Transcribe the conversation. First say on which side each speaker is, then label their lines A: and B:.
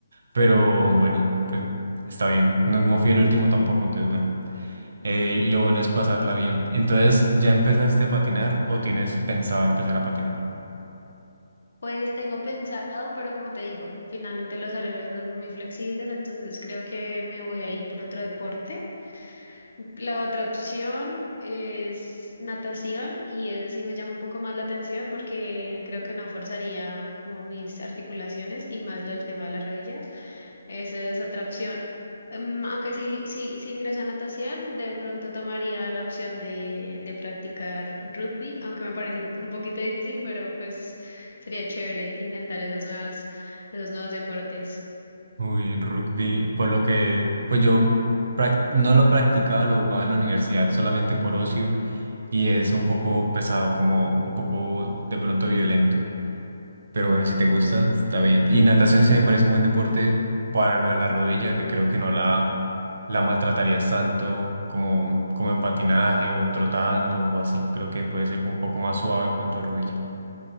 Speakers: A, on the right; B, on the left.
A: Pero bueno, pues está bien. No, no fui el último tampoco, entonces bueno. Eh, y lo bueno es pasarla bien. Entonces, ¿ya empezaste a patinar o tienes pensado empezar a patinar?
B: Pues tengo pensado, pero como te digo, finalmente los horarios no son muy flexibles, entonces creo que me voy a ir por otro deporte. La otra opción es natación y esa sí me llama un poco más la atención porque creo que no forzaría como mis articulaciones y más lo del tema de la rodilla. Esa es otra opción. Em, aunque sí, sí, si ingreso a natación, de pronto tomaría la opción de, de practicar rugby, aunque me parece un poquito difícil, pero pues sería chévere intentar esas nuevas, esos nuevos deportes.
A: Uy, rugby, por lo que, pues yo prac- no lo practicaba, lo jugaba en la universidad solamente por ocio y es un poco pesado, como un poco de pronto violento. Pero bueno, si te gusta, está bien. Y natación sí me parece un buen deporte para lo de la rodilla, que creo que no la, la maltratarías tanto como, como en patinaje o trotando o así. Creo que puede ser un poco más suave con tu rodilla.